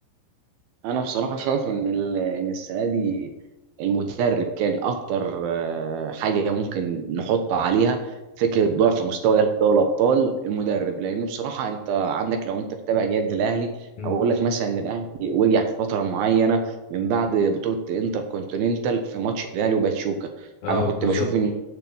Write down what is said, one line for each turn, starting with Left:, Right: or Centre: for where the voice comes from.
Right: انا بصراحه شايف ان ال- ان السنه دي المدرب كان اكتر آه، حاجه ممكن نحط عليها فكره ضعف مستوى الاهلي في دوري الابطال المدرب لان بصراحه انت عندك لو انت بتابع جد الاهلي
Left: مم.
Right: هقول لك مثلا ان الاهلي وجع في فتره معينه من بعد بطوله انتر كونتيننتال في ماتش الاهلي وباتشوكا
Left: اه
Right: انا كنت
Left: بالظبط
Right: بشوف ان